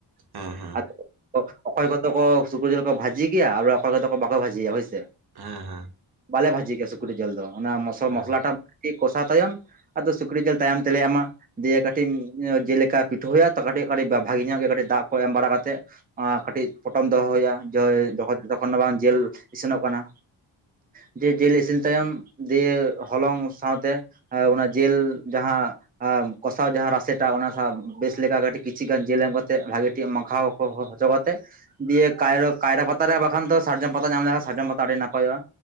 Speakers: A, on the right (about 50°); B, on the right (about 20°).
A: ᱦᱮᱸ
B: <inaudible>
A: ᱦᱮᱸ
B: ᱚ ᱚᱠᱚᱭ ᱠᱚᱫᱚ ᱠᱚ ᱥᱩᱠᱨᱤ ᱡᱮᱞ ᱠᱚ ᱵᱷᱟᱡᱤ ᱜᱮᱭᱟ ᱟᱨ ᱚᱠᱚᱭ ᱠᱚᱫᱚ ᱠᱚ ᱵᱟᱠᱚ ᱵᱷᱟᱡᱤᱭᱟ, ᱦᱳᱭᱥᱮ᱾ <inaudible>
A: ᱦᱮᱸ ᱦᱮᱸ
B: ᱵᱟᱞᱮ ᱵᱷᱟᱹᱡᱤ ᱜᱮᱭᱟ ᱥᱩᱠᱨᱤ ᱡᱮᱞ ᱫᱚ, ᱚᱱᱟ ᱢᱚᱥ
A: ᱦᱮᱸ
B: ᱢᱚᱥᱞᱟ ᱴᱟᱜ <inaudible> ᱠᱚᱥᱟᱣ ᱛᱟᱭᱚᱢ ᱟᱫᱚ ᱥᱩᱠᱨᱤ ᱡᱮᱞ ᱛᱟᱭᱚᱢ ᱛᱮᱞᱮ ᱮᱢᱟ᱾ ᱫᱤᱭᱮ ᱠᱟᱹᱴᱤᱡ ᱡᱮᱞ ᱞᱮᱠᱟ ᱯᱤᱴᱷᱟᱹ ᱦᱳᱭᱳᱜᱼᱟ ᱛᱚ ᱠᱟᱹᱴᱤᱡ ᱠᱟᱹᱴᱤᱡ ᱵᱟ ᱵᱷᱟᱜᱮ ᱧᱚᱜ ᱜᱮ ᱠᱟᱹᱴᱤᱡ ᱫᱟᱜ ᱠᱚ ᱮᱢ ᱵᱟᱲᱟ ᱠᱟᱛᱮᱫ ᱚᱱᱟ ᱠᱟᱹᱴᱤᱡ ᱯᱚᱴᱚᱢ ᱫᱚᱦᱚ ᱦᱳᱭᱳᱜᱼᱟ, <unintelligible> ᱡᱚᱛᱚᱠᱷᱚᱱ ᱵᱟᱝ ᱡᱮᱞ ᱤᱥᱤᱱᱚᱜ ᱠᱟᱱᱟ᱾ ᱡᱮ ᱡᱮᱞ ᱤᱥᱤᱱ ᱛᱟᱭᱚᱢ ᱫᱤᱭᱮ ᱦᱚᱞᱚᱝ ᱥᱟᱶᱛᱮ ᱮᱸ ᱚᱱᱟ ᱡᱮᱞ ᱡᱟᱦᱟᱸ ᱟᱢ ᱠᱚᱥᱟᱣ ᱡᱟᱦᱟᱸ ᱨᱟᱥᱮ ᱴᱟᱜ ᱚᱱᱟ ᱥᱟᱶ ᱵᱮᱥ ᱞᱮᱠᱟ ᱠᱟᱹᱴᱤᱡ ᱠᱤᱪᱷᱤ ᱜᱟᱱ ᱡᱮᱞ ᱮᱢ ᱠᱟᱛᱮᱫ ᱵᱷᱟᱜᱮ ᱴᱷᱤᱠ ᱮᱢ ᱢᱟᱠᱷᱟᱣ ᱦᱚ ᱦᱚ ᱦᱚᱪᱚ ᱠᱟᱛᱮᱫ ᱫᱤᱭᱮ ᱠᱟᱭᱨᱚ ᱠᱟᱭᱨᱟ ᱯᱟᱛᱟ ᱨᱮ ᱵᱟᱠᱷᱟᱱ ᱫᱚ ᱥᱟᱨᱡᱚᱢ ᱯᱟᱛᱟ ᱧᱟᱢ ᱞᱮᱠᱷᱟᱱ ᱥᱟᱨᱡᱚᱢ ᱯᱟᱛᱟ ᱟᱹᱰᱤ ᱱᱟᱯᱟᱭᱚᱜᱼᱟ᱾